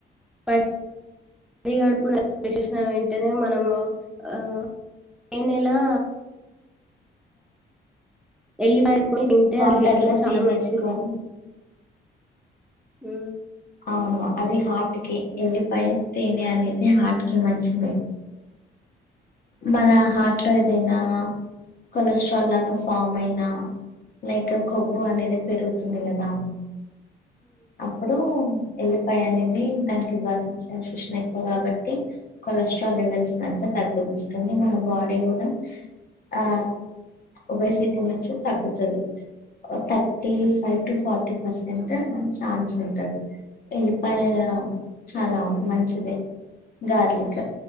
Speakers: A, in the centre; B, on the left.
A: పడి గడుపున చేసిన ఏంటనే మనము ఆ పైనలా ఎ మ తింటే
B: వాటర్లా
A: అది హెల్త్ చాలా
B: తేనె
A: మంచిది
B: వేసుకొని
A: హ
B: అవును అది హార్ట్కి ఎల్లిపాయ తేనె అనేది హార్ట్ కి మంచిది మన హార్ట్ లో ఏదైనా కొలెస్ట్రాల్ లాగా ఫామ్ అయినా లైక్ కొవ్వు అనేది పెరుగుతుంది కదా అప్పుడు ఎల్లిపాయ అనేది దానికి బర్న్ ససషన్ ఎక్కువ కాబట్టి కొలెస్ట్రాల్ లెవెల్స్ అంతా తగ్గస్తుంది మన బాడీ కూడా ఆ ఒబేసిటీ నుంచి తగ్గుతుంది thirty five to forty percent chance ఉంటది ఉల్లిపాయ చాలా మంచిదే garlic